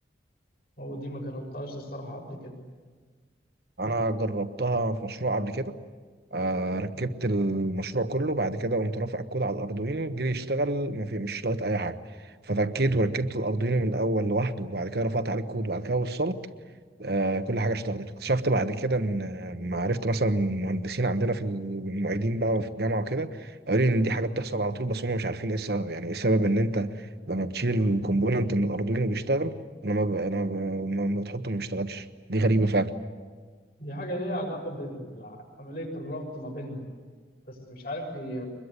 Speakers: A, on the left (about 55°); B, on the right (about 55°).
A: هو دي ما جربتهاش الصراحه قبل كده
B: انا جربتها في مشروع قبل كده آه ركبت
A: أمم.
B: المشروع كله بعد كده قمت رافع الكود على الاردوينو جه يشتغل ما في مش لاقط اي حاجه ففكيت وركبت الاردوينو من الاول لوحده وبعد كده رفعت عليه الكود وبعد كده وصلت آه، كل حاجه اشتغلت واكتشفت بعد كده ان آه، ما عرفت مثلا مهندسين عندنا في المعيدين بقى وفي الجامعه وكده قالوا لي ان دي حاجه بتحصل على طول بس هم مش عارفين ايه السبب يعني ايه السبب ان انت لما بتشيل الكومبوننت من الاردوين وبيشتغل لما ب... لما ب... لما بتحطه ما بيشتغلش دي غريبه فعلا
A: دي حاجه ليها علاقه بعمليه الربط ما بينهم بس مش عارف هي